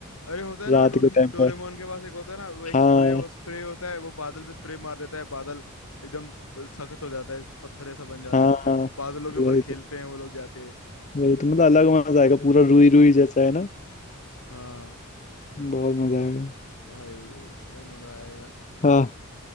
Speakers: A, on the left; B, on the left.
A: अरे होता है ना
B: रात
A: डोरेमोन
B: के टाइम
A: डोरेमोन
B: पे
A: के पास एक होता है ना वो एक
B: हाँ
A: स्प्रे हो, स्प्रे होता है वो बादल पे स्प्रे मार देता है बादल एकदम सख्त हो जाता है पत्थर ऐसा बन जाता
B: हाँ
A: है फिर बादलों के ऊपर
B: वही तो
A: खेलते हैं वो लोग जाके
B: वही तो मतलब अलग मजा आएगा पूरा रुई रुई जैसा है ना
A: हाँ
B: बहुत मजा आएगा
A: भाई वो मजा आएगा
B: हाँ